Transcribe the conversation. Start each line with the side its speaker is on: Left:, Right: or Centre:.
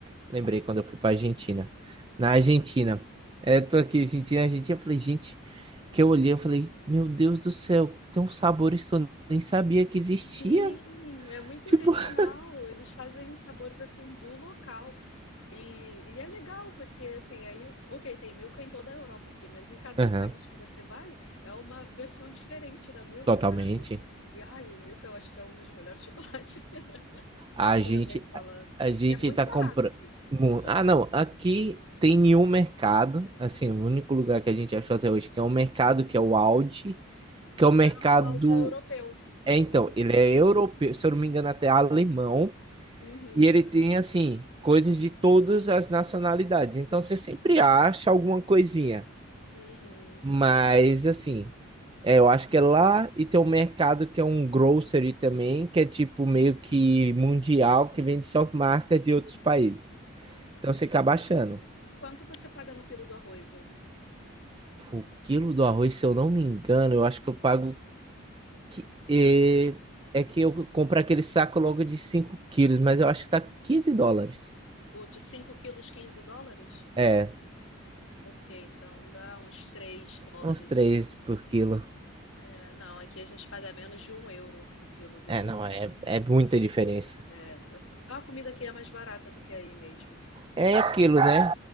Right: lembrei quando eu fui pra Argentina. Na Argentina. É, tô aqui, Argentina, Argentina. Eu falei, gente, que eu olhei, eu falei, meu Deus do céu, tem uns sabores que eu nem sabia que existia.
Left: Sim, é muito
Right: Tipo,
Left: regional.
Right: <laughs>
Left: Eles fazem os sabores assim do local. E, e é legal, porque assim, aí, ok, tem Milka em toda a Europa aqui, mas em cada
Right: Aham,
Left: país que você vai, é uma versão diferente da Milka,
Right: totalmente.
Left: sabe? E ai, o Milka eu acho que é um dos melhores <laughs> chocolates,
Right: A
Left: particularmente
Right: gente,
Left: falando.
Right: a a gente
Left: E é muito
Right: tá
Left: barato
Right: comprando.
Left: aqui, super
Right: Ah,
Left: barato.
Right: não, aqui tem nenhum mercado. Assim, o único lugar que a gente achou até hoje que é um mercado que é o Aldi, que é o mercado
Left: Ah, o Aldi é europeu,
Right: É, então,
Left: por isso.
Right: ele é europeu, se eu não me engano, até alemão,
Left: Uhum,
Right: e ele tem,
Left: acho que sim.
Right: assim, coisas de todas as nacionalidades. Então, você sempre acha alguma coisinha.
Left: Uhum.
Right: Mas, assim, é, eu acho que é lá, e tem um mercado que é um grocery também, que é tipo meio que mundial, que vende só marcas de outros países. Então, você acaba achando.
Left: Quanto você paga no quilo do arroz aí?
Right: O quilo do arroz, se eu não me engano, eu acho que eu pago. que- É, é que eu compro aquele saco logo de 5 quilos, mas eu acho que tá 15 dólares.
Left: O de 5 quilos, 15 dólares?
Right: É,
Left: Ok, então dá uns 3 dólares.
Right: uns 3 por quilo.
Left: É, não, aqui a gente paga menos de um euro o quilo do.
Right: É, não, é, é muita diferença.
Left: é, então a comida aqui é mais barata do que aí mesmo.
Right: É aquilo, né?